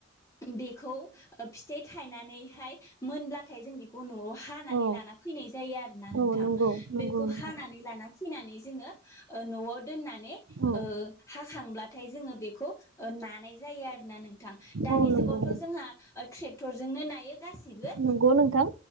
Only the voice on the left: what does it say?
बेखौ ओ फिथाइ थायनानैहाय मोनब्लाथाय जों बिखौ न'आव हानानै
लाना फैनाय जायो आरोना नोंथां
बेखौ
हानानै लाना फैनानै जोङो ओ न'आव दोननानै
ओ हाखांब्लाथाय जोङो बेखौ ओ नानाय जायो आरोना नोंथां दानि
जुगावथ' जोंहा ओ ट्रेक्टरजोंनो नायो गासिबो